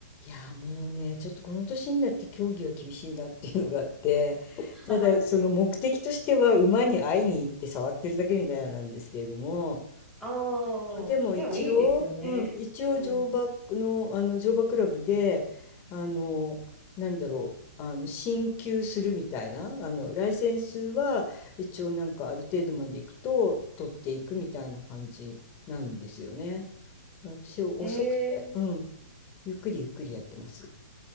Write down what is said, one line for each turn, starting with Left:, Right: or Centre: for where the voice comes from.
Left: いやもうねちょっとこの年になって競技は厳しいなっていうのがあって <laughs>
Centre: <laughs>
Left: ただその目的としては馬に会いに行って触ってるだけみたいなんですけれども
Centre: ああ、
Left: でも一応、
Centre: でもいいですよね。
Left: うん、一応乗馬の、
Centre: うん。
Left: あの乗馬クラブであのなんだろうあの進級するみたいなあのライセンスは一応なんかある程度まで行くと取っていくみたいな感じなんですよね。私は遅くて、
Centre: えー、
Left: うん、ゆっくりゆっくりやってます。